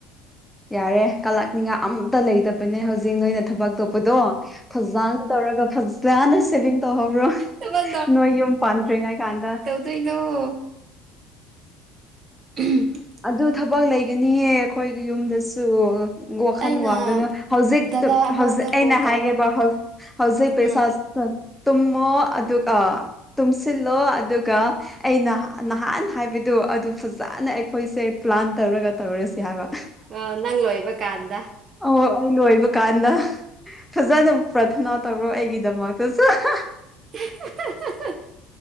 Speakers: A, in the centre; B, on the right.
A: ꯌꯥꯔꯦ ꯀꯜꯂꯛꯅꯤꯡꯉꯥꯏ ꯑꯝꯇ ꯂꯩꯇꯕꯅꯦ ꯍꯧꯖꯤꯛ ꯅꯣꯏꯅ ꯊꯕꯛ ꯇꯣꯛꯄꯗꯣ ꯐꯖꯥꯟ ꯇꯧꯔꯒ ꯐꯖ ꯖꯥꯅ ꯁꯦꯚꯤꯡ ꯇꯧꯍꯧꯔꯣ
B: ꯊꯕꯛ
A: ꯅꯣꯏ ꯌꯨꯝ ꯄꯥꯟꯗ꯭ꯔꯤꯉꯩ ꯀꯥꯟꯗ
B: ꯗꯣꯢꯅꯣ <unintelligible>
A: ꯑꯗꯨ ꯊꯕꯛ ꯂꯩꯒꯅꯤꯌꯦ ꯑꯈꯣꯏꯒꯤ ꯌꯨꯝꯗꯁꯨ ꯋꯥꯈꯜ
B: ꯑꯩꯅ
A: ꯋꯥꯒꯅꯨ ꯍꯧꯖꯤꯛ
B: ꯗꯗꯥ ꯑꯃꯗ
A: ꯍꯧꯖꯤꯛ ꯑꯩꯅ
B: ꯀꯣꯜ
A: ꯍꯥꯏꯒꯦꯕ
B: ꯇꯧꯔꯒ
A: ꯍꯧꯖꯤ ꯍꯧꯖꯤꯛ ꯄꯩꯁꯥ
B: ꯎꯝ
A: <unintelligible> ꯇꯨꯝꯃꯣ ꯑꯗꯨꯒ ꯇꯨꯡꯁꯤꯜꯂꯣ ꯑꯗꯨꯒ ꯑꯩ ꯅꯍꯥꯟ ꯅꯍꯥꯟ ꯍꯥꯏꯕꯗꯣ ꯑꯗꯨ ꯐꯖꯟꯅ ꯑꯦꯄ ꯑꯈꯣꯏꯁꯦ ꯄ꯭ꯂꯥꯟ ꯇꯧꯔꯒ ꯇꯧꯔꯁꯤ ꯍꯥꯏꯕ
B: ꯑ ꯅꯪ ꯂꯣꯏꯕ ꯀꯥꯟꯗ <unintelligible>
A: ꯑꯣ ꯑꯩ ꯂꯣꯏꯕ ꯀꯥꯟꯗ ꯐꯖꯅ ꯄ꯭ꯔꯊꯅꯥ ꯇꯧꯔꯣ ꯑꯩꯒꯤꯗꯃꯛꯇꯁꯨ <unintelligible>
B: <unintelligible>